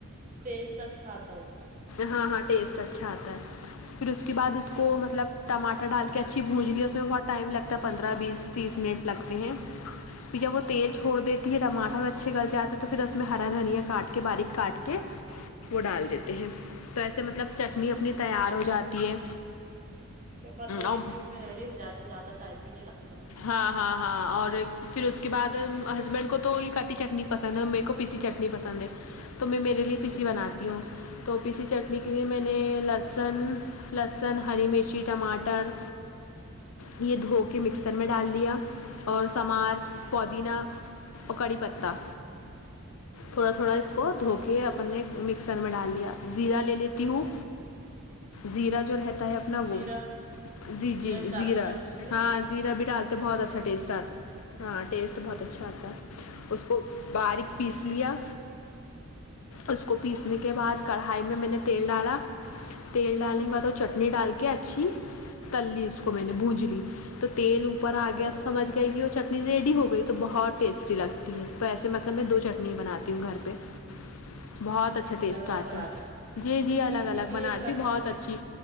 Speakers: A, on the right; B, on the left.
A: ٹیسٹ اچھا آتا ہو
B: ہاں ہاں ٹیسٹ اچھا آتا ہے پھر اس کے بعد اس
A: کتنا
B: کو مطلب ٹماٹر ڈال کے اچھی بھون لیی اس میں بہت ٹائم لگتا ہے پندرہ بیس تیس منٹ لگتے ہیں جب
A: اچھا
B: وہ تیل چھوڑدے ٹماٹر اچھے گل جاتے تو پھر اس میں ہرا دھنیا کاٹ کے باریک کاٹ کے وہ ڈال دیتے ہیں تو ایسے مطلب چٹنی اپنی تیار ہو جاتی ہے
A: پندرہ
B: اور
A: بیس منٹ میں ریڈی ہو جاتی زیادہ ٹائم بھی نہیں لگتا
B: ہاں ہاں ہاں اور پھر اس کے بعد ہسبینڈ کو تو یہ کاٹی چٹنی پسند ہے میرے کو پیسی چٹنی پسند ہے تو میں میرے
A: ہوں
B: لیے پیسی بناتی ہوں تو پیسی چٹنی کے لیے میں نے لہسن لہسن ہری مرچی ٹماٹر یہ دھو کے مکسر میں ڈال دیا اور سمار پودینہ اور کڑی پتہ تھوڑا تھوڑا اس کو دھو کے اپنے مکسر میں ڈال لیا زیرہ لے لیتی ہوں زیرہ جو رہتا اپنا وہ
A: زیرہ اچھا
B: جی
A: زیرہ
B: جی
A: بھی
B: زیرا
A: ڈالتے کیا آپ اس میں
B: ہاں زیرا بھی ڈالتے بہت اچھا ٹیسٹ آتا ہاں ٹیسٹ بہت اچھا آتا ہے اس کو
A: ہوں
B: باریک پیس لیا اس کو پیسنے کے بعد کڑھائی میں میں نے تیل ڈالا تیل ڈالنے کے بعد اور چٹنی ڈال کے اچھی تللی اس کو میں نے بونج لی تو تیل اوپر
A: اچھا
B: آ گیا تو سمجھ گئی کہ وہ چٹنی ریڈی ہو گئی تو بہت ٹیسٹی لگتی ہے تو ایسے مطلب میں دو چٹنی بناتی ہوں گھر پہ بہت اچھا ٹیسٹ
A: الگ الگ
B: آتا
A: بناتے
B: ہے جی
A: ایک
B: جی الگ
A: پیسی
B: الگ
A: ہوئی
B: بناتی
A: ایک کٹ
B: بہت اچھی